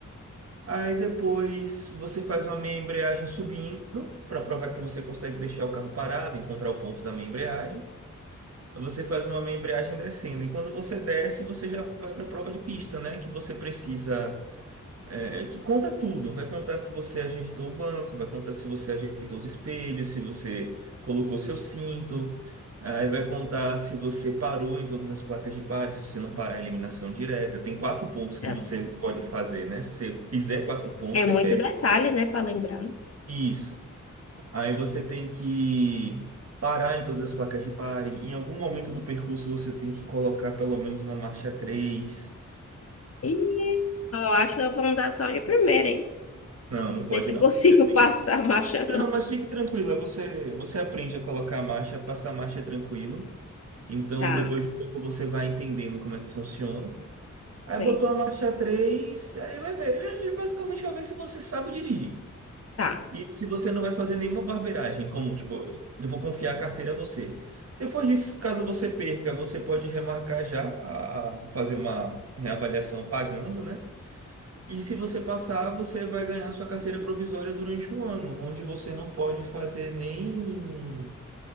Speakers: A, on the right (about 50°); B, on the left (about 50°).
A: Aí depois você faz uma meia embreagem subindo para provar que você consegue deixar o carro parado, encontrar o ponto da meia embreagem. Você faz uma embreagem descendo. E quando você desce, você já vai para a prova de pista, né? Que você precisa. é, que conta tudo. Vai contar se você ajeitou o banco, vai contar se você ajeitou os espelhos, se você colocou seu cinto. Aí vai contar se você parou em todas as placas de pare, se você não parar a eliminação direta. Tem quatro pontos que
B: É
A: você pode fazer, né? Se você fizer quatro pontos,
B: É muito
A: você perde.
B: detalhe, né, pra lembrar.
A: Isso. Aí você tem que parar em todas as placas de pare. Em algum momento do percurso você tem que colocar pelo menos uma marcha 3.
B: E só acho que vão dar só de primeira, hein?
A: Não, não
B: Não
A: pode
B: sei se
A: não.
B: eu consigo
A: Você tem-
B: <laughs> passar a marcha,
A: Não,
B: não.
A: mas fique tranquila, você, você aprende a colocar a marcha, passar a marcha tranquilo. Então
B: Tá,
A: depois de um pouco você vai entendendo como é que funciona.
B: sei.
A: Aí botou a marcha 3, aí vai ver. Ele basicamente vai ver se você sabe dirigir.
B: Tá.
A: E se você não vai fazer nenhuma barbeiragem, como tipo, eu vou confiar a carteira a você. Depois disso, caso você perca, você pode remarcar já a, a fazer uma reavaliação pagando, né? E se você passar, você vai ganhar sua carteira provisória durante um ano, onde você não pode fazer nem,